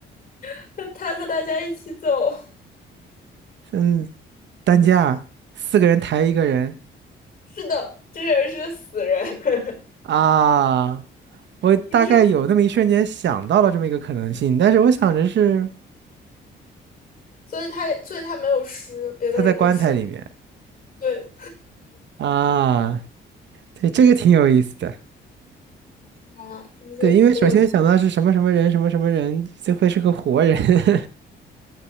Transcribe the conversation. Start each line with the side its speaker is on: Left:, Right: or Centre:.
Left: <laughs> 他和大家一起走。
Right: 嗯，担架，四个人抬一个人
Left: 是的，这个人是个死人，<laughs>
Right: 啊！我大概有那么一瞬间想到了这么一个可能性，
Left: 就是？
Right: 但是我想着是
Left: 所以他也，所以他没有尸，别的人都尸。
Right: 他在棺材里面
Left: 对，
Right: 啊，对，这个挺有意思的。
Left: 他是不是没有？
Right: 对，因为首先想到是什么什么人，什么什么人，这会是个活人。<laughs>